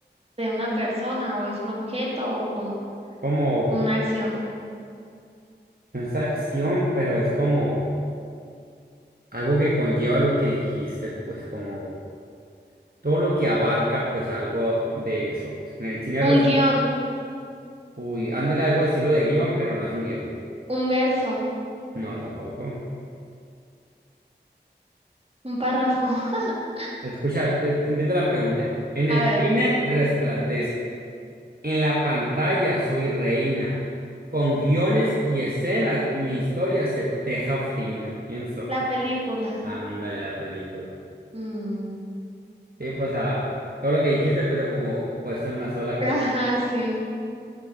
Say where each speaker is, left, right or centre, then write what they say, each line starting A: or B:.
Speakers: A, on the right; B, on the right.
A: de una persona o es un objeto o como
B: Como,
A: una acción?
B: no es acción, pero es como algo que conlleva lo que dijiste, pues como todo lo que abarca, pues algo de eso. pues. En el cine
A: Un
B: Resplandor.
A: guión,
B: Uy, ándale algo de estilo de guión, pero no es un guión.
A: un verso,
B: No, tampoco.
A: un párrafo. <laughs>
B: Escucha, eh, te entiendo la pregunta. era, En
A: A
B: el
A: ver,
B: cine resplandezco. En la pantalla soy reina. Con guiones y escenas, mi historia se teja fina. ¿Quién soy?
A: la película.
B: Ándale la película.
A: Mm,
B: Sí, pues a todo lo que dijiste, pero como puesto en una sola
A: Ajá,
B: cosa.
A: sí.